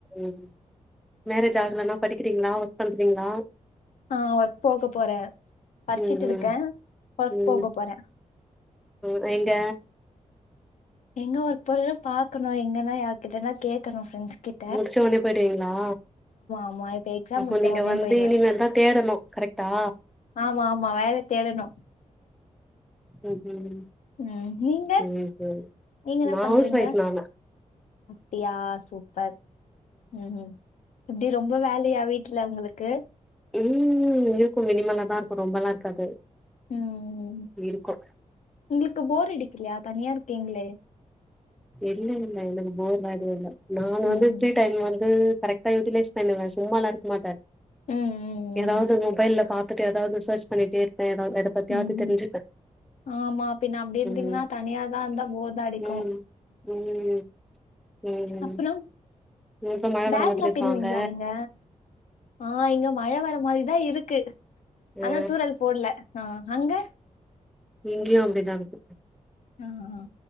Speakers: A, in the centre; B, on the left (about 65°).
A: ம் மேரேஜ் ஆகலன்னா படிக்கிறீங்ளா ஒர்க் பண்றீங்ளா
B: ஆ ஒர்க் போக போற படிச்சிட்டு
A: ம்
B: இருக்க
A: ம்
B: ஒர்க்
A: ம்
B: போக போற
A: ம் எங்க
B: எங்க ஒர்க் போறன்ன பாக்கணு எங்கனா யாருகிட்டனா கேக்கணு ஃப்ரென்ஸ் கிட்
A: முடிச்சோனே போயிடுவீங்ளா
B: ஆமா இப்ப எக்ஸாம்
A: அப்போ
B: முடிச்ச
A: நீங்க
B: ஒடனே
A: வந்து
B: போயிடுவே
A: இனிமேல் தா தேடனு கரெக்டா
B: ஆமா ஆமா வேல தேடணு
A: ம்ஹிம் ம்
B: ம் நீங்க
A: சேரி சேரி
B: நீங்க என்ன
A: நா
B: பண்றீங்க
A: ஹவுஸ் வோய்ஃப் நானு
B: அப்டியா சூப்பர் ம் ம் எப்டி ரொம்ப வேலயா வீட் ட்டுலா உங்குளுக்கு
A: உம்ம் இருக்கு மினிமல தாருக்கு ரொம்பல்லா இருக்காது
B: ம்
A: இருக்கு
B: உங்களுக்கு போர் அடிக்கலயா தனியா இருக்கீங்ளே
A: இல்ல இல்ல என்னக்கு போர்லா எதுவு இல்ல நான்
B: ம்
A: வந்து ஃபிரீ டைம்லந்து கரெக் ட்டா யூட்டிலைஸ் பெண்ணுவ சும்மால்லா இருக்கமாட்ட
B: ம் ம்
A: எதாவ்து மொபைல்ல பாத்துட்டு எதாவ்து சர்ச் பண்ணிட்டே இர்ப்பே எதாவ்து எதப் பத்தியாது
B: ம் ம்
A: தெரிஞ்சுப்ப
B: ஆமா பின்ன அப்படி இருந்தீங்கன்னா
A: ம்
B: தனியா தான் இருந்தா போர் தான் அடிக்கும்
A: ம் ம் ம்
B: அப்பற
A: இப்ப மழ
B: பேக்ல்லா
A: வர மாதிரி இருக்கா
B: பிண்ணுவீங்ளா
A: அங்க
B: நீங்க ஆ இங்க மழை வர மாரிதா இருக்கு
A: ஆ
B: ஆனா தூறல் போட்ல ஆ அங்க
A: இங்கியு அப்டிதாருக்கு
B: அ அ